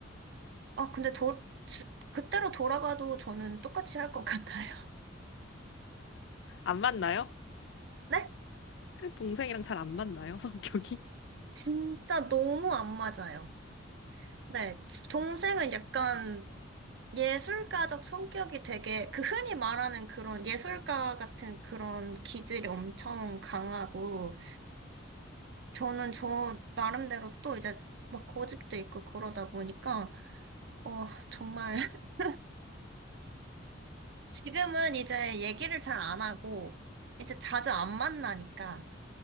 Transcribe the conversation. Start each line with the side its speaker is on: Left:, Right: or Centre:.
Right: 아, 근데 도, 지- 그때로 돌아가도 저는 똑같이 할 것 같아요. <laughs>
Left: 안 맞나요?
Right: 네?
Left: 동생이랑 잘 안 맞나요? <laughs> 성격이?
Right: 진짜 너무 안 맞아요. 네, 동생은 약간 예술가적 성격이 되게, 그 흔히 말하는 그런 예술가 같은 그런 기질이 엄청 강하고, 저는 저 나름대로 또 이제 막 고집도 있고 그러다 보니까, 어, 정말. <laughs> 지금은 이제 얘기를 잘 안 하고, 이제 자주 안 만나니까,